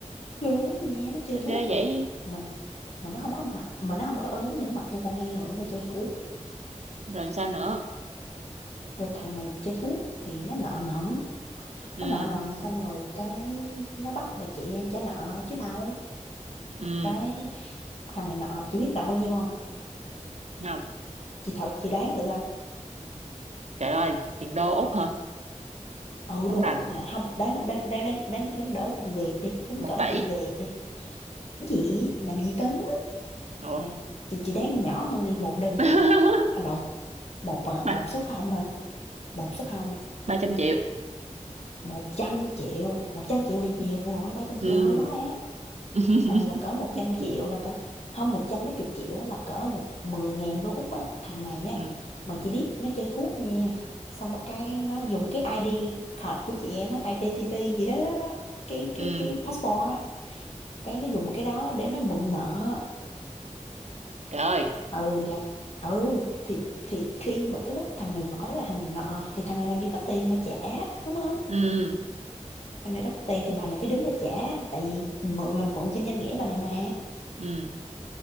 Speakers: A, on the left; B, on the right.
A: ghê lắm nha nó chơi
B: sao
A: thuốc
B: ghê
A: mà
B: vậy?
A: mà mà nó không có mập mà nó không có ốm nhưng nó mập như con heo nó mà chơi thuốc
B: Rồi sao nữa?
A: rồi thằng này chơi thuốc thì nó nợ nần
B: Ừ,
A: nó nợ nần xong rồi cái nó bắt bà chị em trả nợ chứ đâu
B: ừ,
A: cái thằng này nợ chị biết nợ bao nhiêu không
B: không.
A: chị thử chị đoán thử coi
B: Trời ơi, tiền đô Úc hả?
A: ừ
B: Không
A: đô
B: rành,
A: Úc là không đáng đáng đáng đáng đáng đáng đỡ tiền Việt đi đáng
B: một
A: cỡ
B: tỷ.
A: tiền Việt đi Cái gì làm gì tới
B: Ủa?
A: nè chị chị đoán nhỏ hơn đi một đơn
B: <laughs>
A: vị à lộn một ờ,
B: Ba,
A: một số không thôi một số không
B: ba trăm triệu.
A: một trăm triệu 100 triệu là nhiều rồi ba trăm
B: Ừ.
A: triệu hơi quá đáng
B: <laughs>
A: Ờ, là cỡ một trăm triệu
B: ừ.
A: là cỡ không 100 mấy chục triệu á, là cỡ một mười ngàn đô Úc á. Thằng này
B: Ừ.
A: á mà chỉ biết nó chơi thuốc nha xong cái nó dùng cái ID card của chị em á identity gì đó, đó, đó. cái cái
B: Ừ.
A: cái passport á cái nó dùng cái đó để nó mượn nợ
B: Trời ơi.
A: ừ là ừ thì thì khi mà cái lúc thằng này vỡ ra thằng này nợ thì thằng này làm gì có tiền mà trả đúng không
B: Ừ.
A: bà này đâu có tiền thì bà này phải đứng ra trả tại vì mượn là mượn trên danh nghĩa bà này mà
B: Ừ.